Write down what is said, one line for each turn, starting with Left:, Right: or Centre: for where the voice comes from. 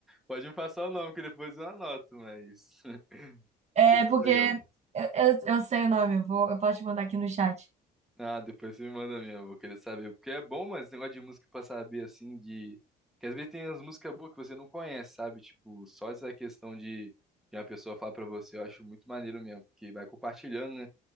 Centre: pode me passar o nome, que depois eu anoto, mas. <laughs>
Right: É
Centre: seria
Right: porque
Centre: Legal.
Right: eu, eu, eu sei o nome, eu vou, eu posso te mandar aqui no chat.
Centre: Ah, depois você me manda mesmo, vou querer saber. Porque é bom, mano, esse negócio de música pra saber, assim, de. Que às vezes tem umas músicas boas que você não conhece, sabe? Tipo, só essa questão de, de uma pessoa falar pra você, eu acho muito maneiro mesmo, porque vai compartilhando, né?